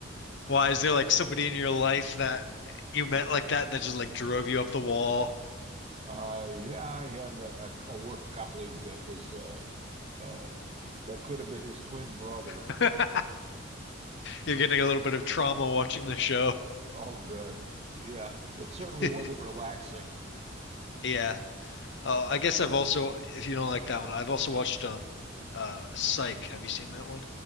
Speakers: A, on the left; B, on the right.
A: Why is there like somebody in your life that you met like that that just like drove you up the wall?
B: Uh, yeah, I had a, a work colleague that was uh, uh, that could have been his twin brother.
A: <laughs> You're getting a little bit of trauma watching the show.
B: Oh, God. Yeah, it certainly
A: <laughs>
B: wasn't relaxing.
A: Yeah. Oh, I guess I've also, if you don't like that one, I've also watched um uh Psych. Have you seen that one?